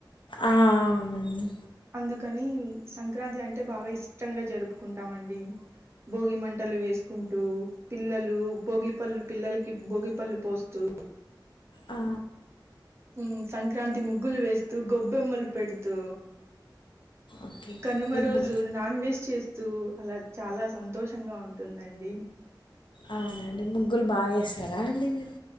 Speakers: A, on the left; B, on the right.
A: ఆ అవునండి
B: అందు కానీ సంక్రాంతి అంటే బాగా ఇష్టంగా జరుపుకుంటామండి భోగి మంటలు వేసుకుంటూ పిల్లలు భోగి పళ్ళు పిల్లలకి భోగిపళ్ళు పోస్తూ
A: ఆ
B: ఉ సంక్రాంతి ముగ్గులు వేస్తూ గొబ్బెమ్మలు పెడుతూ
A: ఓకే
B: కనుమ
A: మీరు
B: రోజు
A: ము
B: నాన్ వెజ్ చేస్తూ అలా చాలా సంతోషంగా ఉంటుందండి
A: అవునండి ముగ్గులు బాగా ఏస్తారా అండి మీరు